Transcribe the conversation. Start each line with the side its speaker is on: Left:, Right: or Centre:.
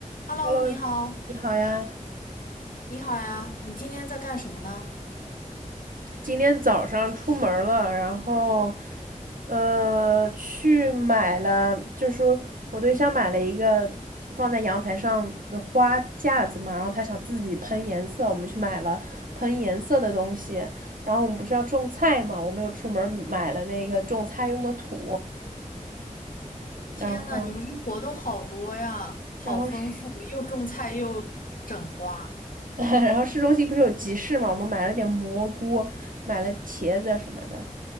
Left: Hello，
Right: Hello，
Left: 你好，
Right: 你好呀。
Left: 你好呀，你今天在干什么呢？
Right: 今天早上出门儿了，然后，呃，去买了，就是我对象买了一个放在阳台上的花架子嘛，然后他想自己喷颜色，我们去买了喷颜色的东西。然后我们不是要种菜嘛，我们又出门儿买了那个种菜用的土，
Left: 天呐，
Right: 然后，
Left: 你们这活动好多呀，好丰富，
Right: 然后市，
Left: 又种菜又整花
Right: <laughs> 然后市中心不是有集市嘛，我们买了点蘑菇，买了茄子什么的。